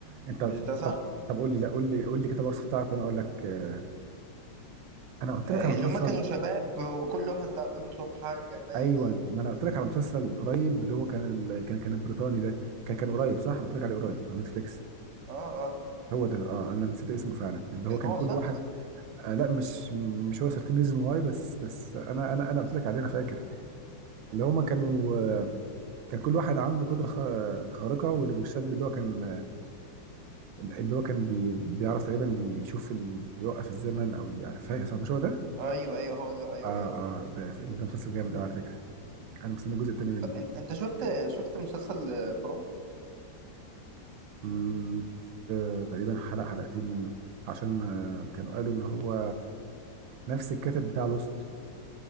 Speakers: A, on the right; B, on the right.
A: انت
B: مش ده صح
A: طب طب قول لي لا قول لي قول لي كتاب الوصف بتاعك وانا اقول لك آه، انا قلت
B: آه،
A: لك
B: اللي
A: على مسلسل
B: هما كانوا شباب وكل واحد عنده حاجة باين
A: ايوه ما انا قلت لك على مسلسل قريب اللي هو كان ال... كان كان البريطاني ده كان كان قريب صح انا قلت لك عليه قريب على نتفليكس
B: اه اه
A: هو ده اه انا نسيت اسمه فعلا اللي
B: كان
A: هو كان
B: هو
A: كل
B: صح
A: واحد آه لا مش مش هو سيرتين ريزون واي بس بس انا انا انا قلت لك عليه انا فاكر اللي هما كانوا آه، كان كل واحد عنده قدره خ- خارقه وال- والشاب اللي هو كان آه، اللي هو كان بي بيعرف تقريبا يشوف ال... يوقف الزمن او يع- فاهم صح مش هو ده؟
B: آه ايوه ايوه هو ده ايوه
A: اه اه
B: ايوه
A: ده ف- ده مسلسل جامد قوي على فكره انا مستني الجزء الثاني منه
B: طب انت انت شفت شفت مسلسل فروم
A: مم، شفت آه، تقريبا حلقه حلقتين منه عشان آه، كانوا قالوا ان هو نفس الكاتب بتاع لوست